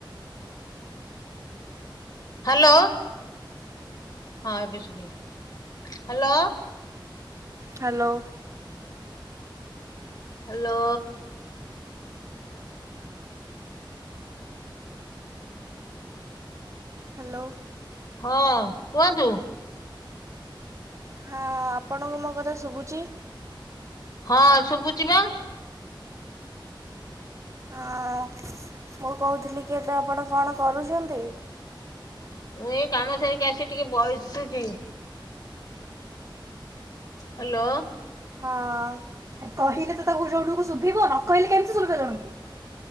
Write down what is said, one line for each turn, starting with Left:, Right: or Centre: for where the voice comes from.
Left: ହାଲୋ। ହଁ ଏବେ ଶୁବିଲା ହାଲୋ।
Right: ହାଲୋ।
Left: ହାଲୋ।
Right: ହାଲୋ।
Left: ହଁ କୁହନ୍ତୁ।
Right: ହଁ ଆପଣଙ୍କୁ ମୋ କଥା ଶୁବୁଚି?
Left: ହଁ ଶୁବୁଚି ପା।
Right: ହଁ ମୁଁ କୋହୁଥିଲି କି ଏବେ ଆପଣ କଣ କରୁଚନ୍ତି?
Left: ମୁଁ ଏଇ କାମ ସାରିକି ଆସି ଟିକେ ବ‌ଇସିଚି। ହାଲୋ।
Right: ହଁ କହିଲେ ତ ତାକୁ ଜଣକୁ ଶୁଭିବ ନ କହିଲେ କେମିତି ଶୁଭିବ ତାଙ୍କୁ।